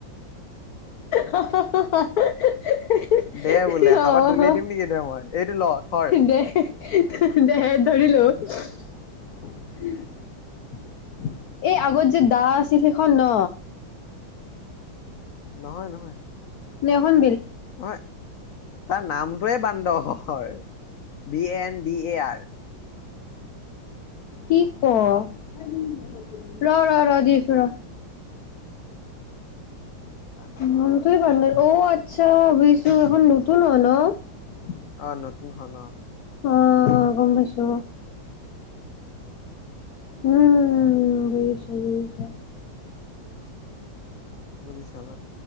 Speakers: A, on the left; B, on the left.
A: হাঁ হাঁ হাঁ। হিঁ,
B: দে
A: হিঁ,
B: বোলে হাৱাত
A: আঁহ
B: দলিয়াই দিম নেকি দে মই এইটো ল থৰ
A: দেহ দেহ ধৰি ল। হ <inaudible> উ <inaudible> এই আগৰ
B: উম,
A: যে দাস সেই কেইখন ন
B: নহয় নহয়
A: নে সেই খন
B: হয় তাৰ নাম? টোৱে বান্ধৰ, B N D A R.
A: কি', ক, ৰ, ৰ, ৰ দিছো ৰ
B: বান্দৰ
A: মনটোয়ে ভাল লগা আচ্ছা বুজিছো এখন নতুন হয় ন
B: আহ নতুন হয় ন
A: অঁ গম পাই ছো উম ', বুজিছো, বুজিছো
B: বুজিছা ন